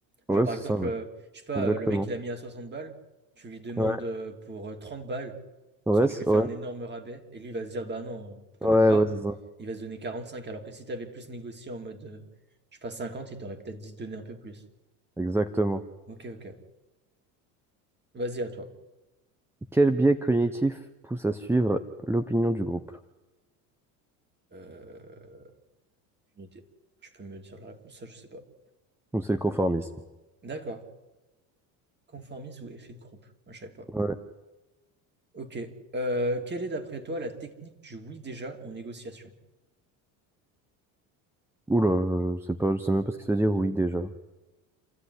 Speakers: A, in the centre; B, on the right.
A: ouais,
B: Genre, par
A: c'est
B: exemple,
A: ça, ouais.
B: euh, je sais pas,
A: Exactement.
B: euh, le mec, il a mis à 60 balles, tu lui demandes
A: Ouais,
B: euh, pour euh, 30 balles,
A: ouais,
B: parce que tu
A: c'est-
B: lui
A: ouais,
B: fais un énorme rabais, et lui, il va se dire, bah non, quand
A: ouais,
B: même pas,
A: ouais, c'est ça.
B: il va se donner 45, alors que si tu avais plus négocié en mode, euh, je sais pas, 50, il t'aurait peut-être dit donner un peu plus.
A: Exactement.
B: Ok, ok. Vas-y, à toi.
A: Quel biais cognitif pousse à suivre l'opinion du groupe?
B: Euh, aucune idée. Tu peux me dire la réponse, ça, je sais pas.
A: Ou c'est le conformisme?
B: D'accord. Conformisme ou effet de groupe? Moi, je savais pas.
A: Ouais,
B: Ok. Euh, quelle est, d'après toi, la technique du oui déjà en négociation?
A: Oula, je sais pas, je sais même pas ce que ça veut dire oui déjà.